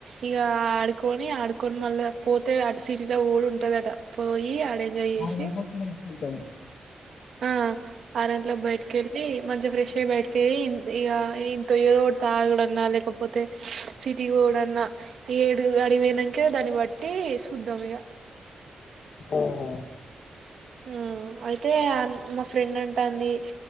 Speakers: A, on the right (about 75°); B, on the left (about 70°).
A: ఇగ ఆడుకొని ఆడుకొని మళ్ళ పోతే అటు సిటీలక్ పోవుడు ఉంటదట పోయి ఆడ ఎంజాయ్ చేసి
B: దాని కోసం బైటికెళ్తారు
A: ఆ ఆర్గంట్లక్ బైటికేళ్ళి మంచిగా ఫ్రెష్ అయ్యి బయటికీ పోయి ఇగ ఇంత ఏదోటి తాగుడన్నా లేకపోతే సిటీ చూడన్నా ఏడు అడికిపోయినంక ఇగ దాన్ని బట్టి సుద్ధం ఇగ
B: ఆహ
A: హుమ్ అయితే మా ఫ్రెండ్ అంటంది